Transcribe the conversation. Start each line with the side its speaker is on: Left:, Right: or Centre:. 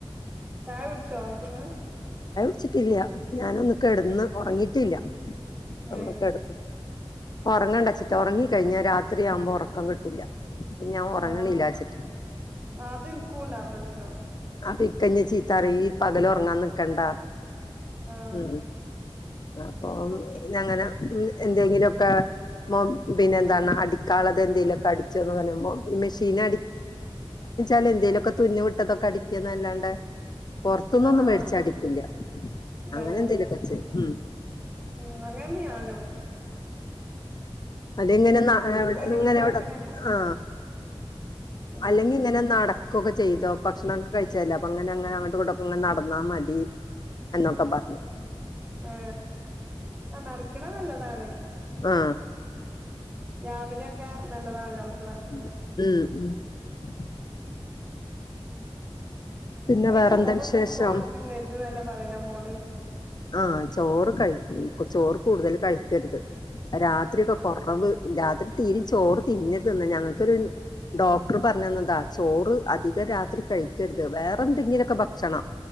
Right: ചായ പിടിച്ചോ അതന്ന
Left: വെച്ചിട്ടില്ല ഞാന ഒന്നക്ക കിടന്ന് ഉറങ്ങിയിട്ടില്ല അവിടെ
Right: ഏഹ്
Left: കിടക്ക ഉറങ്ങേണ്ടച്ചിട്ട് ഉറങ്ങ കഴിഞ്ഞാ രാത്രിയാവുമ്പോ ഉറക്കം കിട്ടില്ല അപ്പൊ ഞാൻ ഉറങ്ങണില്ല
Right: ആഹ്
Left: വച്ചിട്ട്
Right: അത് ഇനിക്കുണ്ടാ പ്രശ്നം
Left: അ കഞ്ഞ ചീത്താറി ഈ പകൽ ഉറങ്ങാൻ നിക്കണ്ട
Right: ആഹ്
Left: ഉം അപ്പൊ
Right: കുടിച്ചു
Left: ഞങ്ങനെ എന്തെങ്കിലുംക്കെ പിന്നെ എന്താണ് അടിക്കളത് എന്തെങ്കലുമൊക്കെ അടിച്ചോന്ന് പറയുമ്പോ മെഷീൻട അട എന്തേലുമൊക്കെ തുന്നി വിട്ടതൊക്കെ അടിക്കന്നല്ലാണ്ട് പുറത്തുന്നു
Right: ആഹ്
Left: ഒന്നും
Right: ആഹ്
Left: മേടിച്ച അടിക്കൂല്ല
Right: ഇല്ലല്ലേ
Left: അങ്ങനെ എന്തെലുമൊക്കെച്ച ഉ
Right: ഉം അങ്ങനന്ന ഞാനോ
Left: അത എങ്ങനെ
Right: അടിവിട്ടാ
Left: എങ്ങനെവിടെ
Right: ഒക്കെ ഇങ്ങനെ
Left: ആ
Right: അടിക്കും
Left: അല്ലെങ്കി ഇങ്ങനെ നടക്കുവൊക്കെ ചെയ്തോ ഭക്ഷണം ഒക്കെ കഴിച്ചാലോ അപ്പൊ അങ്ങനെ അങ്ങനെ അങ്ങോട്ട് ക ഇങ്ങ നടന്നാ മതി എന്നൊക്കെ
Right: ആ
Left: പറഞ്ഞു
Right: ആ ആ നടക്കണ നല്ലതാണ്
Left: ആ
Right: രാവിലെയൊക്കെ നല്ലതാണല്ലോ നമുക്ക്
Left: ഉം
Right: നടക്കണ ഇപ്പൊ
Left: ഉ പിന്നെ
Right: പച്ച
Left: വേറെന്താ
Right: ഓറോന്നും
Left: വിശേഷം
Right: തോന്ന തിന്നരുത്ല്ല പറയല മോട്
Left: ആ ചോറ് കഴ ചോറ് കൂടുതൽ കഴിക്കരുത് രാത്രിയൊക്കെ കൊറവ് രാത്രി തീരി ചോറ് തിന്നിരു തിന്ന ഞങ്ങൾക്കൊരു ഡോക്ടർ പറഞ്ഞന്നതാ ചോറ് അധികം രാത്രി കഴിക്കരുത് വേറെ എന്തെങ്കിലുമൊക്കെ ഭക്ഷണം......